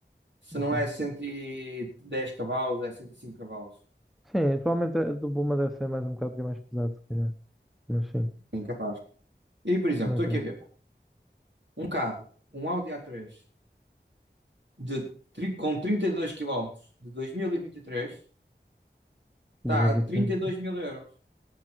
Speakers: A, on the right; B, in the centre.
A: Se
B: Ok.
A: não é 110 cavalos, é 105 cavalos.
B: Sim, provavelmente a do Puma deve ser mais um bocado, porque é mais pesado, se calhar. Mas sim,
A: Incapaz. E, por exemplo,
B: não
A: estou
B: é preço.
A: aqui a ver um carro, um Audi A3 de, tri- com 32 km de 2023, está
B: 2023.
A: a trinta e dois mil euros